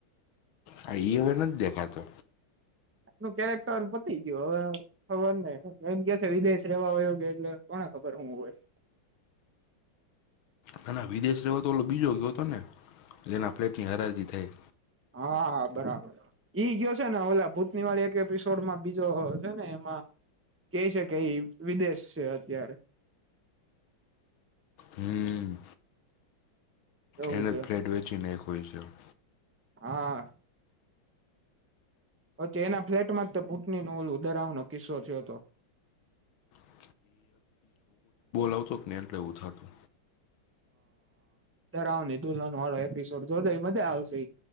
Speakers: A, on the left (about 80°); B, on the right (about 15°).
A: હ ઈ હવે નથી દેખાતો
B: એનું કેરેક્ટર પતી ગયું હવે ખબર નઈ એમ કે વિદેશ રેવા હોયો કે એટલે કોને ખબર હું હોય
A: આના વિદેશ રવાતો ઓલો બીજો ગયો હતો ને જેના ફ્લેટ ની હરાજી થાય
B: હા બરાબર ઈ ગયો છે ને ઓલા ભૂતની વાળી એક એપિસોડમાં બીજો છે ને એમાં કે છે કે વિદેશ છે અત્યારે
A: હમ
B: એવું
A: એ <unintelligible>
B: છે
A: નાય ખો <inaudible>
B: હા પચ્છી એના ફ્લેટમાં <unintelligible> દરાવનો કિસ્સો થયો હતો
A: <unintelligible> આવતો ને એટલે એવું થતું
B: હ <unintelligible> દુલ્હનો વાળો એપિસોડ જો જે મજા આવશે